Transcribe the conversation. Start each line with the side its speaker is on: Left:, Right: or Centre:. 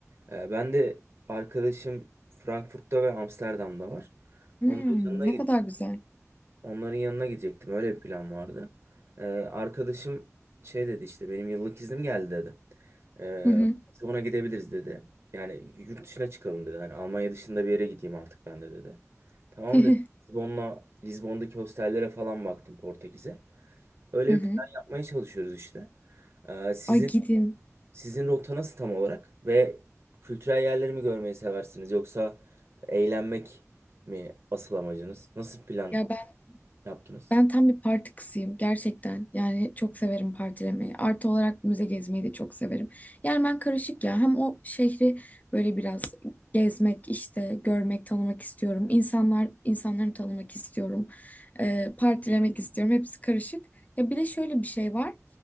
Right: Ee, Ben de arkadaşım Frankfurt'ta ve Amsterdam'da var.
Left: Hmm,
Right: Onların yanına
Left: ne
Right: gideyim.
Left: kadar güzel.
Right: Onların yanına gidecektim. Öyle bir plan vardı. Ee, arkadaşım şey dedi işte benim yıllık iznim geldi dedi. Ee,
Left: Hı hı.
Right: biz ona gidebiliriz dedi. Yani yurt dışına çıkalım dedi. Hani Almanya dışında bir yere gideyim artık ben de dedi. Tamam
Left: <laughs>
Right: dedi. Lizbon'la Lizbon'daki hostellere falan baktım Portekiz'e. Öyle
Left: Hı hı.
Right: bir plan yapmaya çalışıyoruz işte. Ee, sizin
Left: Ay gidin.
Right: sizin rota nasıl tam olarak ve kültürel yerleri mi görmeyi seversiniz yoksa eğlenmek mi asıl amacınız? Nasıl plan
Left: Ya ben
Right: yaptınız?
Left: ben tam bir parti kızıyım gerçekten. Yani çok severim partilemeyi. Artı olarak müze gezmeyi de çok severim. Yani ben karışık ya. Hem o şehri böyle biraz gezmek, işte görmek, tanımak istiyorum. İnsanlar, insanları tanımak istiyorum. Ee, partilemek istiyorum. Hepsi karışık. Ya bir de şöyle bir şey var.